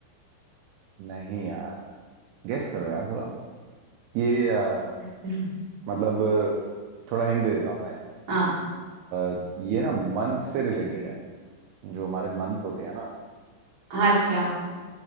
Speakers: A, on the right; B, on the right.
A: नहीं यार गेस करो यार थोड़ा ये अ,
B: हम्म।
A: मतलब थोड़ा हिंट दे देता हूँ मैं
B: हाँ
A: अ, ये ना मंथ से रिलेटेड है जो हमारे मंथ्स होते हैं ना
B: अच्छा